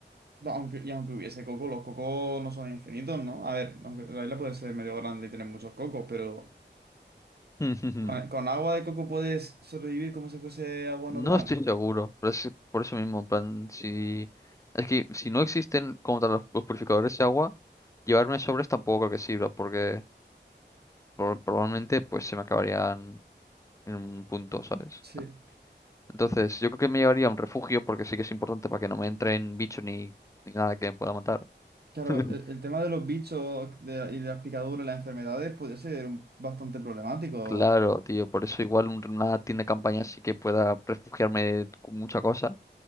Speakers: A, on the right; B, on the left.
A: No, aunque, y aunque hubiese coco, los cocos no son infinitos, ¿no? A ver, aunque la isla puede ser medio grande y tener muchos cocos, pero
B: <laughs>
A: con, con agua de coco puedes sobrevivir como si fuese agua
B: No
A: normal.
B: estoy seguro, pero es por eso mismo, en plan, si... Es que si no existen como tal los, los purificadores de agua, llevarme sobres tampoco creo que sirva, porque por- probablemente pues se me acabarían en un punto, ¿sabes?
A: Sí.
B: Entonces, yo creo que me llevaría a un refugio, porque sí que es importante para que no me entren bichos ni, ni nada que me pueda matar.
A: Claro,
B: <laughs>
A: el, el tema de los bichos de- y de las picaduras, las enfermedades, puede ser un- bastante problemático.
B: Claro, tío, por eso igual un- una tienda de campaña sí que pueda refugiarme con mucha cosa.